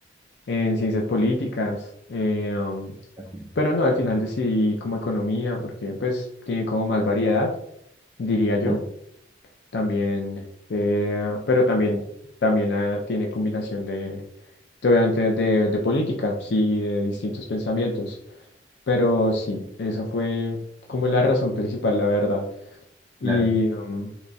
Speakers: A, on the left; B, on the right.
A: en ciencias políticas, eh, um,
B: Ujú.
A: pero no, al final decidí como economía, porque pues tiene como más variedad, diría yo.
B: Sí,
A: También, eh, pero también, también ah, tiene combinación de, de, obviamente, de, de política, sí, de distintos pensamientos. Pero sí, esa fue como la razón principal, la verdad. ¿Y,
B: claro.
A: um,